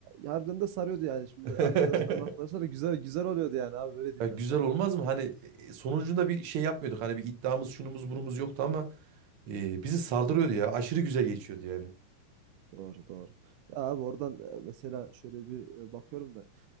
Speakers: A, on the right; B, on the right.
A: Harbiden de sarıyordu yani. Şimdi
B: <laughs>
A: arkadaşlarım arkadaşlar güzel güzel oluyordu yani abi öyle diyeyim
B: Ya güzel
A: ben sana.
B: olmaz mı? Hani e, sonucunda bir şey yapmıyorduk. Hani bir iddiamız şunumuz burumuz yoktu ama e, bizi sardırıyordu ya. Aşırı güzel geçiyordu yani.
A: Doğru doğru. Ya abi oradan e, mesela şöyle bir e, bakıyorum da